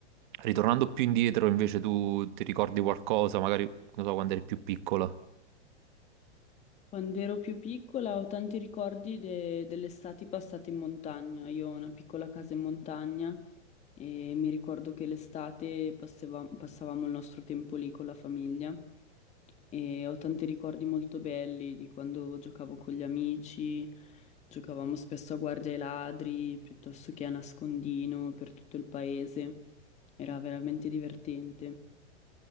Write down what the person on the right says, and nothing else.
ritornando più indietro, invece, tu ti ricordi qualcosa, magari, non so, quando eri più piccola.